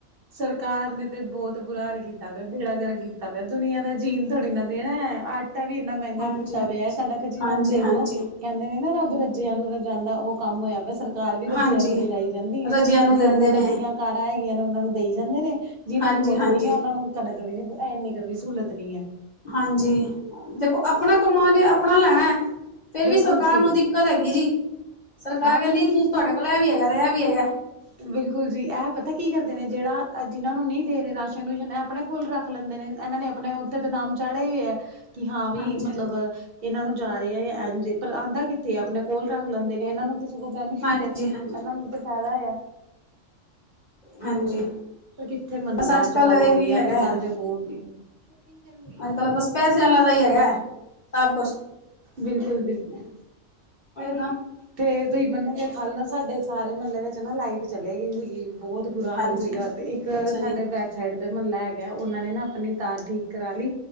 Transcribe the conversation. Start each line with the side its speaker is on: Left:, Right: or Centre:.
Right: ਸਰਕਾਰ ਨੇ ਤੇ ਬਹੁਤ ਬੁਰਾ ਹਾਲ ਕੀਤਾ ਪਿਆ ਬੇੜਾਗਰ ਕੀਤਾ ਪਿਆ ਦੁਨੀਆਂ ਦਾ ਜੀਨ ਥੋੜੀ ਨਾ ਦੇਣਾ ਹੈ। ਆਟਾ ਵੀ ਇੰਨਾ ਮਹਿੰਗਾ
Left: ਹਾਂਜੀ
Right: ਕੀਤਾ
Left: ਹਾਂਜੀ
Right: ਪਿਆ ਕਣਕ ਜਿਨਾਂ
Left: ਹਾਂਜੀ
Right: ਨੂੰ ਦੇਖ
Left: ਹਾਂਜੀ
Right: ਲੋ ਕਹਿੰਦੇ ਨੇ ਨਾ ਰੱਬ ਰੱਜਿਆਂ ਨੂੰ ਰਜ ਜਾਂਦਾ ਉਹ ਕੰਮ ਹੋਇਆ ਸਰ ਕਾਰ ਵੀ ਰੱਜਿਆਂ
Left: ਹਾਂਜੀ
Right: ਨੂੰ ਰਜਾਈ ਜਾਂਦੀ ਹੈ
Left: ਰਜਿਆਂ ਨੂੰ
Right: ਜਿਨਾਂ
Left: ਦਿੰਦੇ
Right: ਕੋਲ
Left: ਨੇ
Right: ਗੱਡੀਆਂ ਕਾਰਾਂ ਹੈਗੀਆਂ ਨੇ ਉਹਨਾਂ ਨੂੰ ਜਾਂਦੇ ਨੇ ਜਿਨਾ
Left: ਹਾਂਜੀ
Right: ਕੋਲ ਕੁਛ
Left: ਹਾਂਜੀ
Right: ਨੀ ਆ ਉਹਨਾ ਨੂੰ ਕਣਕ ਨੀ ਇਨੀ ਸਹੂਲਤ ਨੀ ਹੈ।
Left: ਹਾਂਜੀ ਦੇਖੋ ਆਪਣਾ ਕਮਾਂਗੇ ਆਪਣਾ ਲੈਣਾ ਹੈ। ਫਿਰ
Right: ਬਿਲਕੁਲ
Left: ਵੀ ਸਰਕਾਰ
Right: ਜੀ
Left: ਨੂੰ ਦਿੱਕਤ ਹੈਗੀ ਜੀ ਸਰਕਾਰ
Right: ਇਹ
Left: ਕਹਿੰਦੀ
Right: ਵੀ
Left: ਤੁਹਾਡੇ ਕੋਲ ਇਹ ਵੀ ਹੈਗਾ ਤੇ ਇਹ ਵੀ ਹੈਗਾ।
Right: ਬਿਲਕੁਲ ਜੀ ਇਹ ਪਤਾ ਕੀ ਕਰਦੇ ਨੇ ਜਿਹੜਾ ਜਿਹਨਾਂ ਨੂੰ ਨਹੀਂ ਦੇ ਰਾਸ਼ਨ -ਰੂਸ਼ਨ ਇਹ ਆਪਣੇ ਕੋਲ ਰੱਖ ਲੈਂਦੇ ਨੇ ਇਹਨਾਂ ਨੇ ਆਪਣੇ ਉੱਥੇ ਤਾਂ ਨਾਮ ਚਾੜੇ ਹੀ ਹੈ। ਕਿ ਹਾਂ ਵੀ
Left: ਹਾਂਜੀ
Right: ਮਤਲਬ ਇਹਨਾਂ ਨੂੰ ਜਾ ਰਹੇ ਆ ਇਝੇ ਪਰ ਆਉਂਦਾ ਕਿੱਥੇ ਆਪਣੇ ਕੋਲ ਰੱਖ ਲੈਂਦੇ। ਇਹਨਾਂ ਨੂੰ ਤਾਂ ਸਗੋਂ ਬੈਨੀਫਿਟ
Left: ਹਾਂਜੀ
Right: ਏ
Left: ਹਾਂਜੀ
Right: ਇਹਨਾਂ ਨੂੰ ਤਾਂ ਫਾਇਦਾ ਆ।
Left: ਹਾਂਜੀ
Right: ਪਰ ਕਿੱਥੇ ਮੰਨਦਾ
Left: ਬਸ
Right: ਅੱਜ ਕੱਲ
Left: ਇਹ
Right: ਕੋਈ
Left: ਵੀ ਹੈਗਾ
Right: ਅੱਜ ਕੱਲ ਤੇ ਬਹੁਤ ਹੀ ਸ਼ੋਪਿੰਗ ਕਰਨ
Left: ਅੱਜ ਕੱਲ ਬਸ ਪੈਸੇ ਵਾਲਿਆਂ ਦਾ ਹੀ ਹੈਗਾ ਸਭ ਕੁਛ
Right: ਬਿਲਕੁਲ ਬਿਲਕੁਲ
Left: ਤਾਂ
Right: ਤੁਸੀਂ ਮੰਨੋਗੇ ਕੱਲ ਨਾ ਸਾਡੇ ਸਾਰੇ ਮਹੱਲੇ ਵਿੱਚ ਨਾ ਲਾਈਟ ਚਲੇ ਗਈ ਸੀਗੀ ਬਹੁਤ ਬੁਰਾ ਹਾਲ
Left: ਹਾਂਜੀ
Right: ਸੀਗਾ ਤੇ ਇੱਕ
Left: ਅੱਛਾ
Right: ਸਾਡੇ
Left: ਜੀ
Right: ਬੈਗ ਸਾਈਡ 'ਤੇ ਮਹੱਲਾ ਹੈਗਾ ਉਹਨਾਂ ਨੇ ਨਾ ਆਪਣੀ ਤਾਰ ਠੀਕ ਕਰਾ ਲਈ